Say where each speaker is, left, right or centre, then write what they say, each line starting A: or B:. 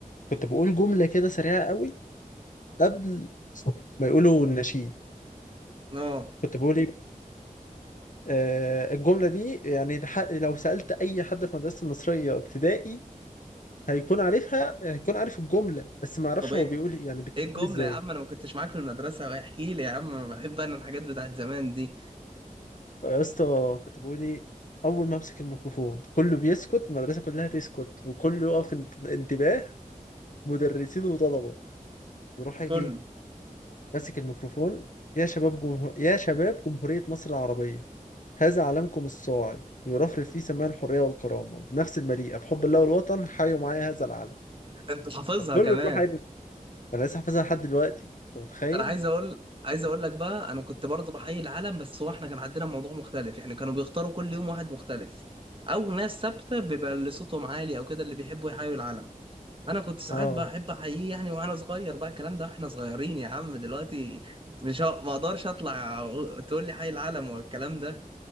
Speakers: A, on the left; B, on the right.
A: كنت بقول جمله كده سريعه قوي قبل ما يقولوا النشيد
B: اه
A: كنت بقول ايه آه الجمله دي يعني لح- لو سالت اي حد في مدرسه النصريه ابتدائي هيكون عارفها هيكون عارف الجمله بس ما اعرفش
B: طب ايه
A: هو بيقول إيه، يعني بتتكتب
B: ايه الجملة
A: ازاي
B: يا عم انا ما كنتش معاك في المدرسة واحكي لي يا عم بحب انا الحاجات بتاعت زمان دي
A: يا اسطى كتبوا لي اول ما امسك الميكروفون كله بيسكت المدرسه كلها تسكت وكله يقف انت- انتباه مدرسين وطلبه وروح اجي
B: كله
A: ماسك الميكروفون يا شباب جمهور... يا شباب جمهوريه مصر العربيه هذا علمكم الصاعد يرفرف فيه سماع الحريه والكرامه بنفس المليئه بحب الله والوطن حيوا معايا هذا العلم
B: انت حافظها
A: فكله
B: كمان
A: يروح يجري. انا لسه حافظها لحد دلوقتي انت متخيل
B: انا عايز اقول عايز اقول لك بقى انا كنت برضه بحيي العالم بس هو احنا كان عندنا موضوع مختلف يعني كانوا بيختاروا كل يوم واحد مختلف او ناس ثابته بيبقى اللي صوتهم عالي او كده اللي بيحبوا يحيوا العالم انا كنت ساعات
A: اه
B: بحب احييه يعني وانا صغير بقى الكلام ده احنا صغيرين يا عم دلوقتي مش ه- ما اقدرش اطلع أقول- تقول لي حي العالم والكلام ده